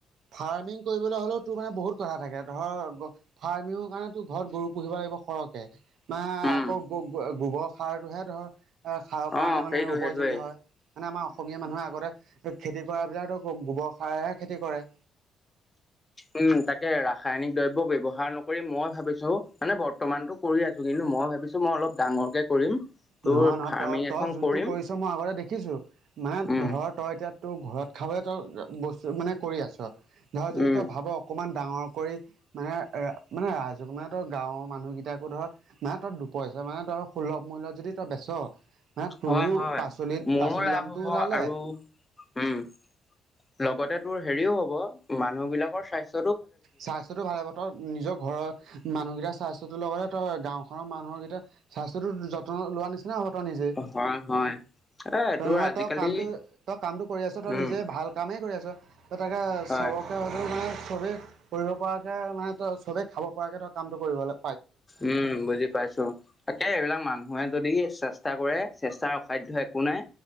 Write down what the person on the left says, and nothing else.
উম
অ
সেইটো
সেইটোৱে
উম, তাকে ৰাসায়নিক দ্ৰব্য ব্যাৱহাৰ নকৰি মই ভাবিছো মানে বৰ্তমানতটো কৰি আছো। কিন্তু মই ভাবিছোঁ মই অলপ ডাঙৰকে কৰিম। তোৰ
ফাৰ্মিং
এখন
কৰিম
উম
উম
হয় হয়
মোৰো
লাভ
হ'ব
আৰু উম, লগতে তোৰ হেৰিও হ'ব মানুহবিলাকৰ স্বাস্থ্য
হয় হয়। এ
তোৰ
আজিকালি
উম
হয়
উম বুজি পাইছোঁ। তাকে এইবিলাক মানুহে যদি চেষ্টা কৰে চেষ্টাৰ অসাধ্য কো নাই।